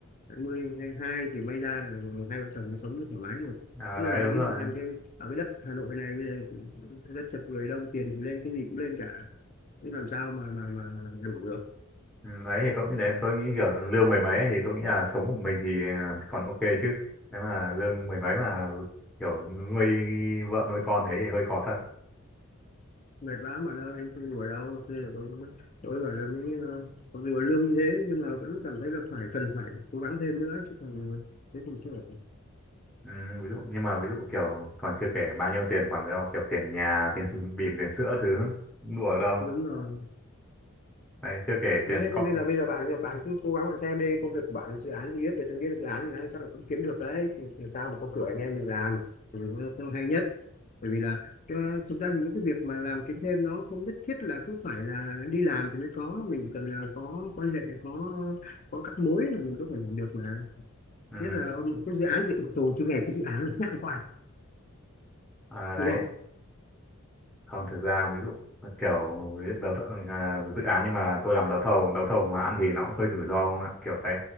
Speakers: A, on the left; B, in the centre.
A: 20, hai hai thì may ra là hai vợ chồng mới sống thoải mái được.
B: ờ,
A: Bây
B: đấy
A: giờ bạn
B: đúng
A: nghĩ
B: rồi
A: thử xem cái ở cái đất Hà Nội này bây giờ đất chật người đông tiền thì lên cái gì cũng lên cả. Thế làm sao mà mà mà đủ được.
B: ừ, đấy thì tôi nghĩ đến tôi nghĩ kiểu lương mười mấy ấy, thì tôi nghĩ là sống của mình thì ờ, còn ok chứ nếu mà lương mười mấy mà kiểu nuôi vợ nuôi con thế thì hơi khó thật
A: Mệt lắm bạn ơi, không đùa đâu. Thế là tôi tôi bảo là mới ờ, mặc dù là lương như thế nhưng mà vẫn cảm thấy là phải cần phải cố gắng thêm nữa chứ còn ờ, thế thì chưa ổn.
B: ừ, ví dụ nhưng mà ví dụ kiểu còn chưa kể bao nhiêu tiền khoản đó kiểu tiền nhà <laughs> tiền bỉm tiền sữa thứ đùa đâu
A: Đúng rồi.
B: đấy chưa kể
A: đấy
B: tiền con
A: cho nên là bây giờ bạn bạn cứ cố gắng bạn xem đi công việc của bạn dự án gì biết về từng cái dự án thì anh chắc là cũng kiếm được đấy thì thì sao mà có cửa anh em mình làm thì nó nó hay nhất bởi vì là ờ, thực ra thì những cái việc mà làm kiếm thêm nó không nhất thiết là cứ phải là đi làm thì mới có mình chỉ cần là có quan hệ có có các mối là mình có thể làm được mà
B: ừ.
A: nhất là ông cái dự án gì tổ chứ nghe cái dự án là thế nào quan
B: à, đấy
A: đúng không
B: không thực ra ví dụ kiểu đấu thầu, à, dự án nhưng mà tôi làm đấu thầu đấu thầu mà ăn thì nó cũng hơi rủi ro không ạ kiểu đấy